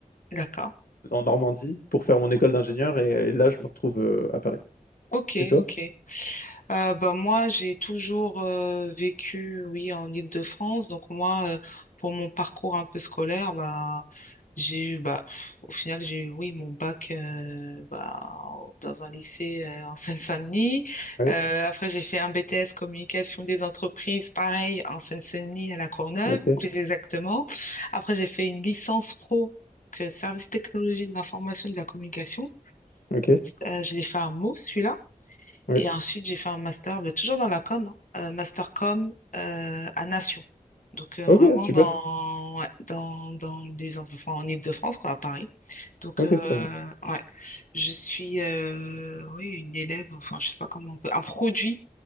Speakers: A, on the left (about 65°); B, on the left (about 80°).
A: d'accord.
B: en Normandie, pour faire mon école d'ingénieur. Et, et là, je me retrouve euh, à Paris.
A: Ok,
B: Et toi?
A: ok. Euh, bah, moi, j'ai toujours euh, vécu, oui, en Île-de-France. Donc moi, euh, pour mon parcours un peu scolaire, bah, j'ai eu, bah, au final, j'ai eu, oui, mon bac euh, bah, dans un lycée euh, en Seine-Saint-Denis.
B: Ouais,
A: Euh, après, j'ai fait un BTS communication des entreprises, pareil, en Seine-Saint-Denis à La Courneuve,
B: ok,
A: plus exactement. Après, j'ai fait une licence pro que service technologie de l'information et de la communication.
B: ok,
A: Euh, je l'ai fait à Meaux, celui-là.
B: oui.
A: Et ensuite, j'ai fait un master, mais toujours dans la com, hein, euh, master com euh, à Nation. Donc, euh,
B: Ok,
A: vraiment
B: super.
A: dans, ouais, dans, dans les, enfin, en Île-de-France, quoi, à Paris. Donc,
B: Ok,
A: euh,
B: très bien.
A: ouais, je suis, euh, oui, une élève, enfin, je sais pas comment on peut, un produit,